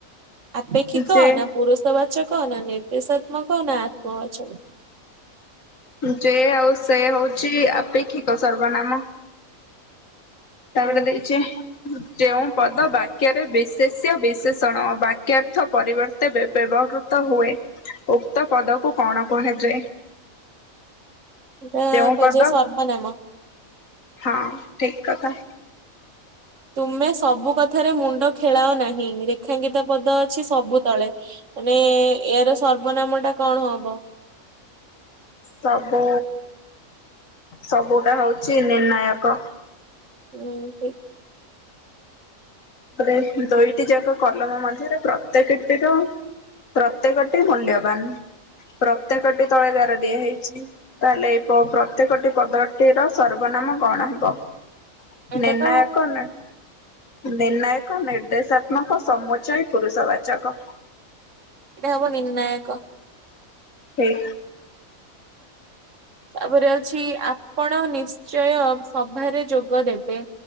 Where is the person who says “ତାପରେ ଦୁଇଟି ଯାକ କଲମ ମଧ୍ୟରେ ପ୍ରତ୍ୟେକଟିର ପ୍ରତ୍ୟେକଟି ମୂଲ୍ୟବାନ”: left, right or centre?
Left